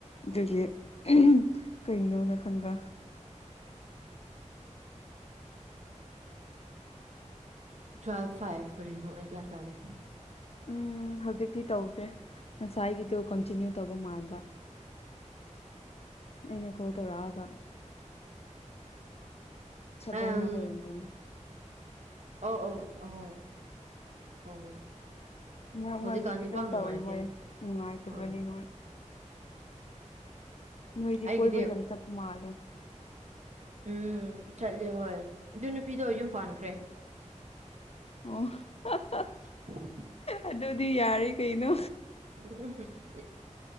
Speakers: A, on the left (about 55°); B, on the right (about 65°).
A: ꯗꯨꯒꯤ ꯎꯨꯝ ꯀꯩꯅꯣꯅ ꯈꯟꯕ
B: ꯇ꯭ꯋꯦꯜ ꯐꯥꯏꯚ ꯀꯔꯤꯅꯣ ꯑꯩ ꯒ꯭ꯌꯥꯟ ꯇꯥꯗꯦ
A: ꯎꯝ ꯍꯧꯖꯤꯛꯇꯤ ꯇꯧꯗ꯭ꯔꯦ ꯉꯁꯥꯏꯒꯤꯗꯣ ꯀꯣꯟꯇꯤꯅ꯭ꯌꯨ ꯇꯧꯕ ꯃꯥꯟꯕ ꯑꯩꯅ ꯀꯣꯜ ꯇꯧꯔꯛꯑꯒ ꯁꯕ꯭ꯔꯅ
B: ꯑꯝ
A: ꯑꯣꯏꯔꯝꯒꯅꯤ
B: ꯑꯣ ꯎꯝ ꯍꯣꯏ ꯇꯧ
A: ꯃꯔꯛ
B: ꯍꯧꯖꯤꯛꯀꯥꯟꯗꯤ
A: ꯃꯔꯛꯇꯗꯤ
B: ꯄꯥꯛ
A: ꯗꯨꯝ
B: ꯅꯨꯡꯉꯥꯏꯇꯦ
A: ꯇꯧꯔꯤ ꯃꯣꯏ ꯅꯨꯡꯉꯥꯏꯇꯕꯅꯦ
B: ꯑꯥ
A: ꯍꯣꯏ ꯅꯣꯏꯗꯤ
B: ꯑꯩꯒꯤꯗꯤ
A: ꯀꯣꯏꯕ ꯌꯥꯝ ꯆꯞꯄ ꯃꯥꯜꯂꯦ
B: ꯎꯝ ꯆꯠꯂꯦ ꯍꯣꯏ ꯑꯗꯨ ꯅꯨꯄꯤꯗꯣ ꯌꯨꯝ ꯄꯥꯟꯈ꯭ꯔꯦ
A: ꯑꯣ <unintelligible>
B: <inaudible>
A: ꯑꯗꯨꯗꯤ ꯌꯥꯔꯤ ꯀꯩꯅꯣ
B: <inaudible>